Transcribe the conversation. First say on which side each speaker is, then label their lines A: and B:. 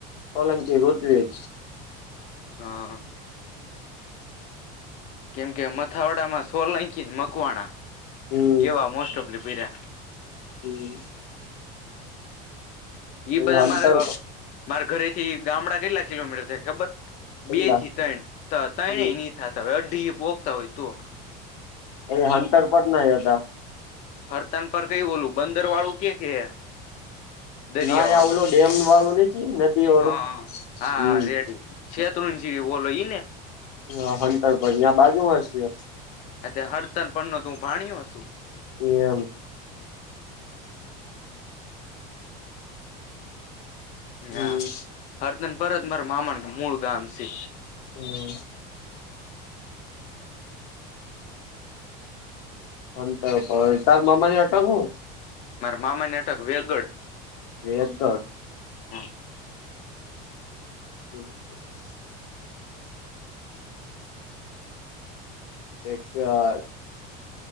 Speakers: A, on the left (about 85°); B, on the left (about 40°).
A: સોલંકી રોજવેજ
B: હા. કેમ કે મથાવડામાં સોલંકીને મકવાણા
A: હમ
B: એવા મોસ્ટ ઓફલી ઉભી રાખ.
A: <inaudible>
B: ઈ બધા
A: હંતર
B: મારે વા મારા ઘરેથી ગામડા કેટલા કિલોમીટર થયા ખબર.
A: કેટલા
B: બે થી ત્રણ ત્રણે
A: હમ
B: નહી થાતા અઢી પોગતા હોય તો.
A: હ એ હંન્ટર પર ના હતા.
B: હરતાન પર કઈ બોલું બંદર વાળું કે કે <inaudible> દરિયા
A: ના
B: વાળું
A: આ ઓલો ડેમ વાળું નથી નદી વાળું
B: હા-હા
A: હમ
B: રેડી છે. તું મ જે બોલો ઈ ને.
A: હા હંતરભાઈં બાજુ માં શે.
B: ત્યાં હડતર પરનો તું ભાણ્યો હોતુ.
A: એમ હમ
B: હા હર્તન પરત માર મામાન મૂળ ગામ છે.
A: હમ્મ. અ તો તાર મામાજી અટક હું.
B: મારા મામા ની અટક વેલગડ
A: એકદર
B: હમ્મ.
A: <inaudible> એક વાર